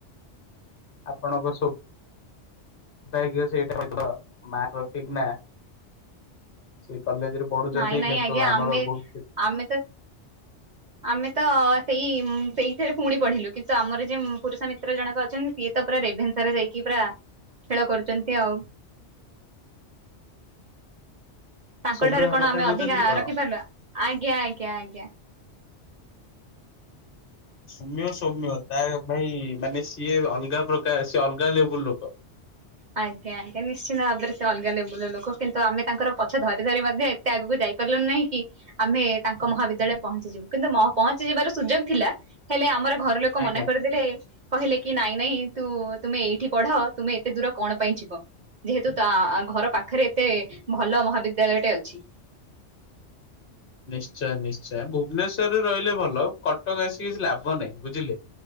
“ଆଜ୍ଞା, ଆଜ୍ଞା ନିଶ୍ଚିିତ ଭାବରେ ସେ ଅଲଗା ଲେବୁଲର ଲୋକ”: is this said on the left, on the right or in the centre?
Right